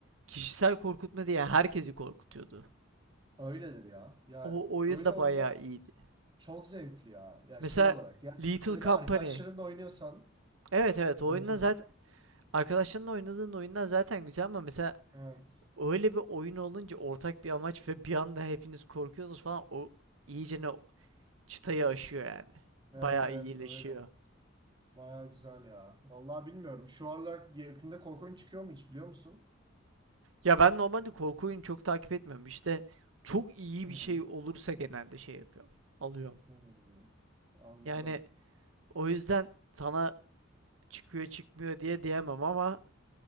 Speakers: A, on the right; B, on the right.
A: kişisel korkutma diye herkesi korkutuyordu.
B: Öyledir ya. Ya
A: O oyun
B: öyle
A: da
B: oyunda
A: bayağı iyiydi.
B: çok zevkli ya. Ya
A: Mesela
B: şey olarak. Ya
A: Little
B: öyle
A: Company.
B: arkadaşlarınla oynuyorsan
A: Evet evet o oyundan
B: Little Ka-
A: zaten arkadaşlarınla oynadığın oyundan zaten güzel ama mesela
B: Evet.
A: öyle bir oyun olunca ortak bir amaç ve bir anda hepiniz korkuyorsunuz falan o iyice ne çıtayı aşıyor yani.
B: Evet
A: Bayağı
B: evet
A: iyileşiyor.
B: öyle. Baya güzel ya. Vallahi bilmiyorum. Şu aralar yakında korkunç çıkıyor mu hiç biliyor musun?
A: Ya ben normalde korku oyunu çok takip etmiyorum. İşte çok iyi
B: Hı.
A: bir şey olursa genelde şey yapıyorum. Alıyorum.
B: Hmm, anladım.
A: Yani o yüzden sana çıkıyor çıkmıyor diye diyemem ama